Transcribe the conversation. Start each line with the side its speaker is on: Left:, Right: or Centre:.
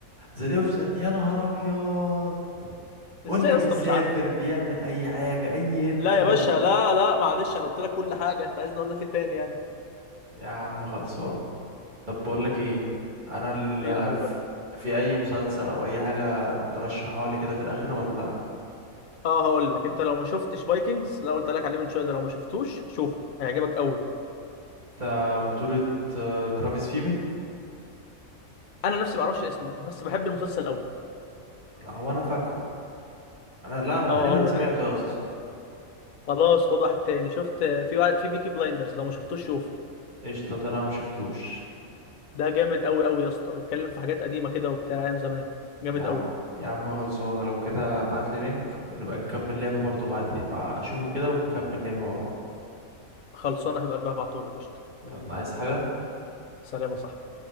Right: ذا ديفز يا نهار ابيض واللي
Left: إزاي يا
Right: بيسافر
Left: اسطى مش عارفه؟
Right: بيعمل اي حاجه اي هد
Left: لا يا
Right: كده
Left: باشا
Right: بسيط
Left: لا لا معلش أنا قلت لك كل حاجة أنت عايزني أقول لك إيه تاني يعني؟
Right: يا عم خلصان طب بقول لك ايه انا ال...
Left: إيه يا حبيبي
Right: في اي مسلسل او اي حاجه ترشحها لي كده في الاخر ولا
Left: اه هقول لك انت لو ما شفتش فايكنجز لو قلت لك عليه من شويه ده لو ما شفتوش شوفه هيعجبك قوي
Right: ده بطوله آه، ترافيس فيميل
Left: انا نفسي ما اعرفش اسمه بس بحب المسلسل قوي
Right: لا هو انا فاكره انا لا انا تقريبا
Left: اه هو
Right: سمعته
Left: تقريبا
Right: يا اسطى
Left: خلاص خد واحد تاني شفت في واحد في بيكي بلايندرز لو ما شفتوش شوفه
Right: قشطه ده انا ما شفتوش
Left: ده جامد قوي قوي يا اسطى بيتكلم في حاجات قديمه كده وبتاع ايام زمان جامد
Right: يا عم
Left: قوي
Right: يا عم خلصانه لو كده ابعت لي لينك ونبقى نكمل لعبه برضه بعد بقى اشوفه كده ونكمل لعبه مع بعض
Left: خلصانه هيبقى قلبها بعتهولك قشطه
Right: يلا عايز حاجه
Left: سلام يا صاحبي